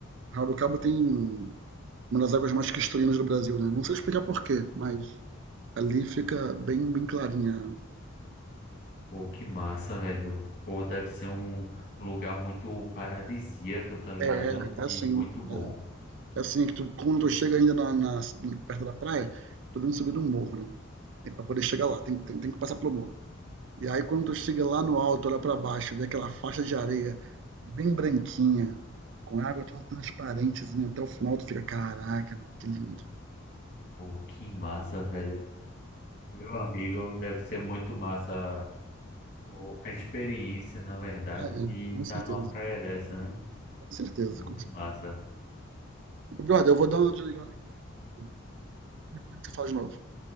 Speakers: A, on the right (about 60°); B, on the left (about 50°).
A: Arraial do Cabo tem uma das águas mais cristalinas do Brasil, né? Não sei explicar por quê, mas ali fica bem, bem clarinha.
B: Pô, que massa, velho. Pô, deve ser um lugar muito paradisíaco, tá ligado?
A: É, é assim.
B: E muito bom.
A: É, assim. é assim que tu, quando tu chega ainda na, na- perto da praia, tu vem subir um morro, né? E pra poder chegar lá, tem, tem, tem que passar pelo morro. E aí, quando tu chega lá no alto, olha para baixo, vê aquela faixa de areia bem branquinha, com água toda transparentezinha até o final, tu fica, caraca, mano, que lindo.
B: Pô, que massa, velho. Meu amigo, deve ser muito massa Pô, A experiência, na verdade,
A: Ah, é,
B: de
A: com
B: estar
A: certeza,
B: numa praia dessa, né?
A: com certeza,
B: Muito
A: com certeza.
B: massa.
A: Brother, eu vou dar uma desligada aqui e depois a gente se fala de novo.